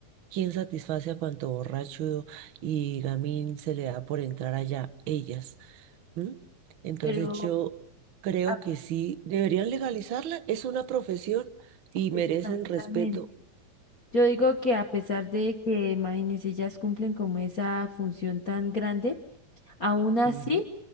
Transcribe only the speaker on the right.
¿Quién satisface a cuanto borracho y gamín se le da por entrar allá? Ellas. ¿m? Entonces,
yo creo
que sí, deberían legalizarla. Es una profesión y
merecen respeto.
Ujú,